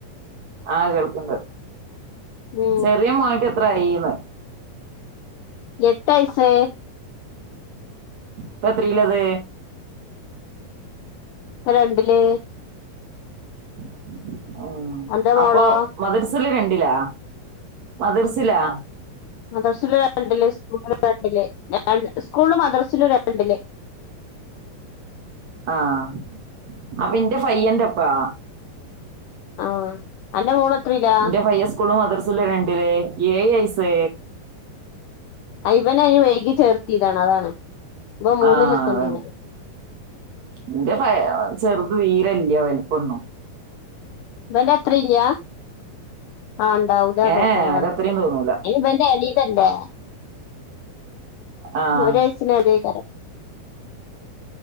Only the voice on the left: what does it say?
ഉം
എട്ടയസ്സ്
രണ്ടില്
അന്റെ മോളോ
മദ്രസ്സ്ല് രണ്ട്ല് സ്കൂ രണ്ടില് സ്കൂൾലും മദ്രസിലും രണ്ടില്
ആ അന്റെ മോള എത്രീലാ
അയ് വന അന് വൈകി ചേർത്തിതാണ് അതാണ് ഇവൻ മൂന്നിലെത്തണ്ടീന്
വെന്റെ അത്രില്യാ ആ ഇണ്ടാവൂല
തോന്നുണു
കണ്ട്ട്ട്
ഈ ഇബാന്റെ എളിതല്ലേ
ഒരാഴച്ചന് <unintelligible>